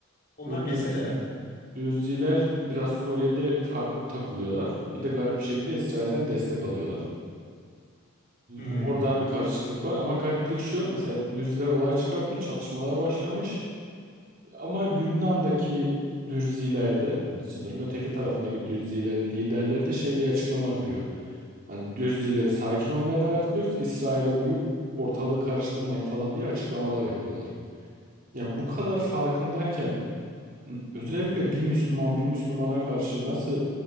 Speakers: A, on the left; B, on the right.
A: Onlar
B: Bu
A: mezhep
B: Dürz,
A: herhalde.
B: Dürziler biraz Suriye'de farklı takılıyorlar. Bir de garip bir şekilde İsrail'den destek alıyorlar.
A: Hmm.
B: Oradan bir karışıklık var ama gariplik şu. Mesela Dürziler olay çıkartmış, çatışmalar başlamış. Ama Lübnan'daki Dürzilerde, hani sınırın öteki tarafındaki Dürzilerin liderleri de şey diye açıklama yapıyor. Hani Dürzileri sakin olmaya davet ediyoruz. İsrail'e uyup ortalığı karıştırmayın falan diye açıklamalar yapıyorlar. Ya bu kadar farkındayken özellikle bir Müslüman bir Müslümana karşı nasıl